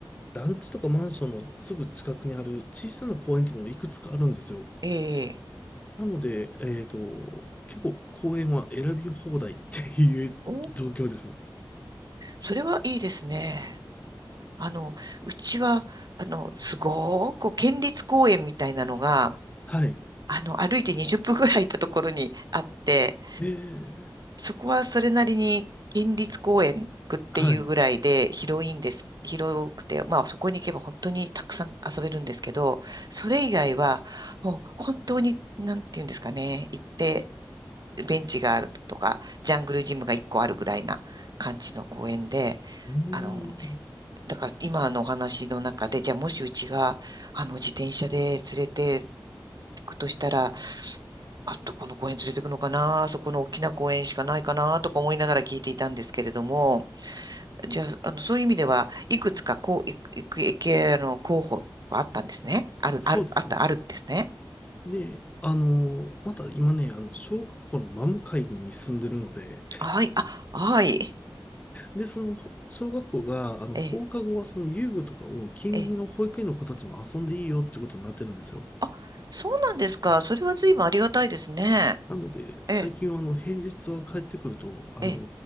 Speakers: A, on the left; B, on the right.
A: 団地とかマンションのすぐ近くにある小さな公園っていうのもいくつかあるんですよ。
B: ええ、
A: なので、えっと、結構公園は選び放題っていう状況ですね。
B: おそれはいいですね。あの、うちは、あの、すごーく県立公園みたいなのが、
A: はい。
B: あの、歩いて20分ぐらい行ったところにあって、
A: えー、
B: そこはそれなりに県立公園っていうぐらいで広いんです。
A: はい。う
B: 広くて、まあそこに行けば本当にたくさん遊べるんですけど、それ以外は、もう本当に、なんていうんですかね、行って、ベンチがあるとか、ジャングルジムが1個あるぐらいな感じの公園で、
A: ーん、
B: あの、だから今のお話の中で、じゃあもしうちが、あの、自転車で連れて行くとしたら、あ、どこの公園連れて行くのかな、あそこの大きな公園しかないかな、とか思いながら聞いていたんですけれども、じゃあ、あの、そういう意味では、いくつか、こう、いく、いく、いけ、あの、候補はあったんですね。ある、
A: そうですね。
B: ある、あった、あるんですね。
A: で、あの、また今ね、あの、小学校の真向かいに住んでるので、
B: はい、あ、はい。
A: で、その小学校が、あの、
B: ええ、
A: 放課後はその遊具とかを近隣の保育園の子たちも遊んでいいよってことになってるんですよ。
B: ええ。あ、そうなんですか。それは随分ありがたいですね。
A: なので、最近はあの、
B: ええ、
A: 平日は帰ってくると、あの、
B: ええ、